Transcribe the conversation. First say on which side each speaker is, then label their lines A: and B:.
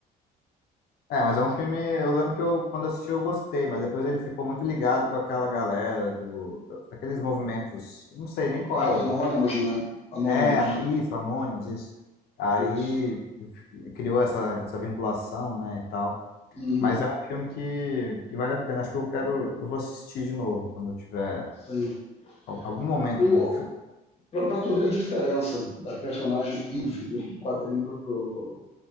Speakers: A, on the left; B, on the left.
A: É, mas é um filme. Eu lembro que eu, quando assisti eu gostei, mas depois ele ficou muito ligado com aquela galera do, daqueles movimentos. Não sei nem qual
B: Ah,
A: é o.
B: do Anonymous, né? Anonymous.
A: É, ano- isso, Anônimos, isso. Aí
B: Isso.
A: criou essa, essa vinculação, né, e tal.
B: Uhum.
A: Mas é um filme que, que vale a pena. Acho que eu quero. Eu vou assistir de novo quando eu tiver
B: Sim.
A: al- algum momento,
B: O,
A: né?
B: pra, pra tu ver a diferença da personagem Eve do, do quadrinho pro, pro,